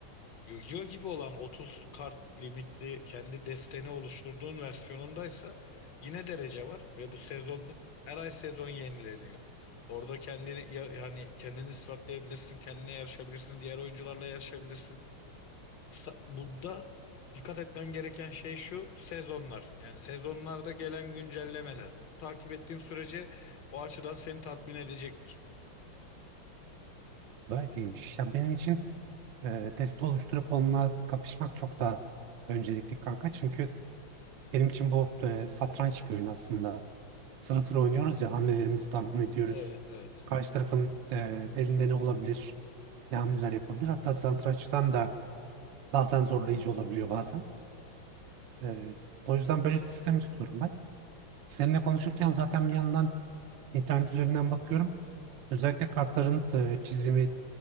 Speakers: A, on the left; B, on the right.
A: Yu-Gi-Oh gibi olan 30 kart limitli kendi desteni oluşturduğun versiyonundaysa yine derece var ve bu sezonluk her ay sezon yenileniyor. Orada kendini ya, hani kendini ispatlayabilirsin, kendine yarışabilirsin, diğer oyuncularla yarışabilirsin. Sa- Bunda dikkat etmen gereken şey şu sezonlar. Yani sezonlarda gelen güncellemeler. Takip ettiğin sürece o açıdan seni tatmin edecektir.
B: Gayet iyiymiş. Ya benim için e, deste oluşturup onunla kapışmak çok daha öncelikli kanka. Çünkü benim için bu e, satranç bir oyun aslında. Sıra sıra oynuyoruz ya hamlelerimizi tahmin ediyoruz.
A: Evet, evet.
B: Karşı tarafın e, elinde ne olabilir, ne hamleler yapabilir. Hatta satrançtan da bazen zorlayıcı olabiliyor bazen. E, o yüzden böyle bir sistem istiyorum ben. Seninle konuşurken zaten bir yandan İnternet üzerinden bakıyorum. Özellikle kartların e, çizimi